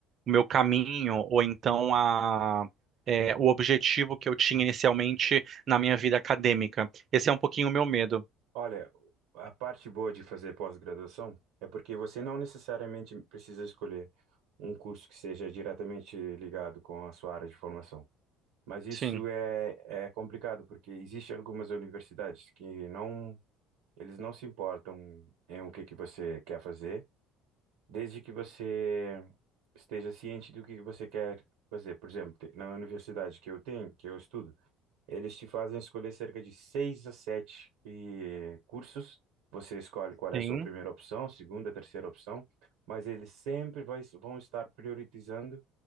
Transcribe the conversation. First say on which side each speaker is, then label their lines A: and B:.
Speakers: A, on the right (about 45°); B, on the right (about 80°).
A: meu caminho, ou então a, é, o objetivo que eu tinha inicialmente na minha vida acadêmica. Esse é um pouquinho o meu medo.
B: Olha, a parte boa de fazer pós-graduação é porque você não necessariamente precisa escolher um curso que seja diretamente ligado com a sua área de formação. Mas isso
A: Sim,
B: é, é complicado, porque existem algumas universidades que não, eles não se importam em o que que você quer fazer, desde que você esteja ciente do que que você quer fazer. Por exemplo, te- na universidade que eu tenho, que eu estudo, eles te fazem escolher cerca de seis a sete eh, cursos. Você escolhe qual
A: sim.
B: é a sua primeira opção, segunda, terceira opção, mas eles sempre vai, vão estar priorizando